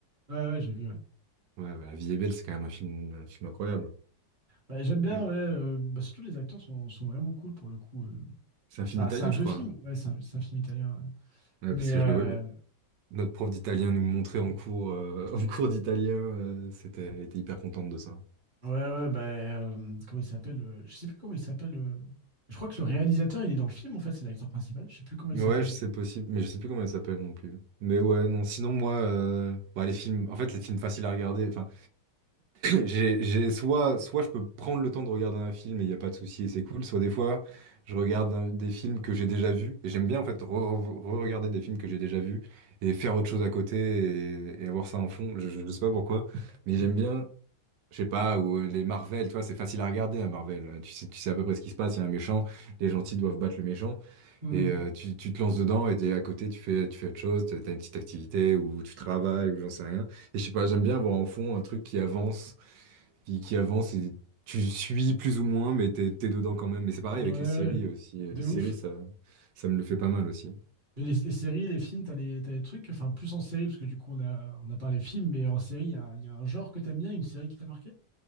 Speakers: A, on the right (about 30°); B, on the right (about 85°).
A: Ouais, ouais, j'ai vu. ouais.
B: Ouais, ouais, La vie est belle, c'est quand même un film, un film incroyable.
A: Ouais, j'aime bien,
B: Oui.
A: ouais. euh, bah, surtout les acteurs sont, sont vraiment cool pour le coup. euh.
B: C'est
A: C'est
B: un film
A: un,
B: italien,
A: c'est un vieux
B: je crois.
A: film, ouais, c'est un, c'est un film italien. ouais.
B: Ouais,
A: Mais
B: parce que
A: euh,
B: je le... notre prof d'italien nous le montrait en cours, euh, <laughs> en cours d'italien. euh, c'était, elle était hyper contente de ça.
A: ouais, ouais, bah, euh, comment il s'appelle euh, Je sais plus comment il s'appelle. euh, Je crois que le réalisateur, il est dans le film en fait, c'est l'acteur principal. Je sais plus comment il
B: Ouais,
A: s'appelle.
B: je- c'est possible, mais je sais plus comment elle s'appelle non plus. Mais ouais, non, sinon moi, euh, bah, les films, en fait, les films faciles à regarder, enfin, J'ai, j'ai- soit, soit je peux prendre le temps de regarder un film et il n'y a pas de souci et c'est cool, soit des fois je regarde un- des films que j'ai déjà vus et j'aime bien en fait re- re- re-regarder des films que j'ai déjà vus et faire autre chose à côté et, et avoir ça en fond. Je, je, je sais pas pourquoi, mais j'aime bien, je sais pas, ou les Marvel, tu vois, c'est facile à regarder un Marvel. Tu sais, tu sais à peu près ce qui se passe, il y a un méchant, les gentils doivent battre le méchant
A: Hmm.
B: et euh, tu, tu te lances dedans et t'es à côté, tu fais, tu fais autre chose, t'as t'as une petite activité ou tu travailles ou j'en sais rien. Et je sais pas, j'aime bien avoir en fond un truc qui avance qui, qui avance et tu suis plus ou moins, mais t'es, t'es dedans quand même. Mais c'est pareil
A: Ouais,
B: avec
A: ouais,
B: les séries aussi.
A: de
B: Les séries,
A: ouf.
B: ça, ça me le fait pas mal aussi.
A: Mais Les, les séries, les films, t'as des, t'as des trucs, enfin plus en série, parce que du coup on a, on a parlé films, mais en série, il y a, il y a un genre que t'aimes bien, une série qui t'a marqué?